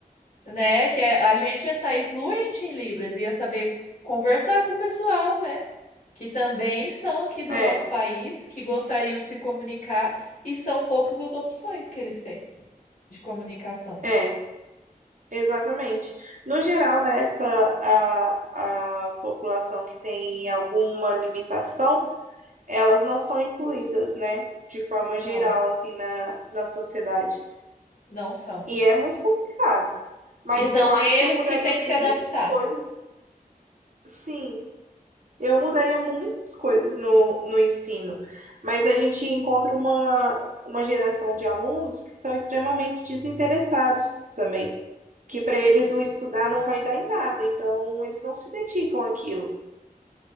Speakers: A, on the left; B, on the right.
A: né? Que a a gente ia sair fluente em Libras, ia saber conversar com o pessoal, né? que também são aqui do
B: É,
A: nosso país, que gostariam de se comunicar, e são poucas as opções que eles têm de comunicação.
B: é, exatamente. No geral, né, essa a, a população que tem alguma limitação. elas não são incluídas, né, de forma
A: Não,
B: geral, assim, na, na sociedade.
A: não são.
B: E é muito complicado. Mas
A: E são
B: eu acho
A: eles
B: que eu mudaria
A: que têm
B: muitas
A: que se adaptar.
B: coisas, sim, eu mudaria muitas coisas no, no ensino. Mas a gente encontra uma, uma geração de alunos que são extremamente desinteressados também. Que para
A: Sim.
B: eles o estudar não vai dar em nada, então eles não se dedicam àquilo.